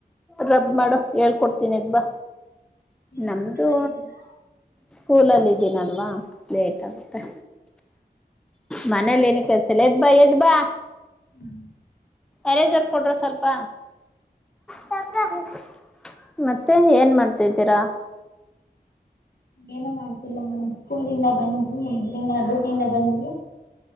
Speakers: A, in the centre; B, on the left.
A: ರಬ್ ಮಾಡು ಹೇಳ್ಕೊಡ್ತೀನಿ ಎದ್ದ್ ಬಾ
B: ನೀವು
A: ನಮ್ದು.
B: ಟ್ಯೂಷನ್ ಅಲ್ಲಿ ಇದ್ದೀರಾ
A: ಸ್ಕೂಲಲ್ಲ ಇದಿನಲ್ವಾ ಲೇಟ್ ಆಗುತ್ತೆ. ಮನೇಲಿ ಏನು ಕೆಲ್ಸ ಇಲ್ಲ ಎದ್ ಬಾ ಎದ್ ಬಾ.
B: <inaudible>
A: ಎರೈಸರ್ ಕೊಡ್ರೋ ಸ್ವಲ್ಪ. <unintelligible> ಮತ್ತೆ ಏನ್ ಮಾಡ್ತಿದ್ದೀರಾ.
B: ಏನು ಮಾಡ್ತಿಲ್ಲ ಮೇಡಮ್ ಸ್ಕೂಲಿಂದ ಬಂದ್ವಿ ಇದ್ರಂದ ಡ್ಯೂಟಿಯಿಂದ ಬಂದ್ವಿ.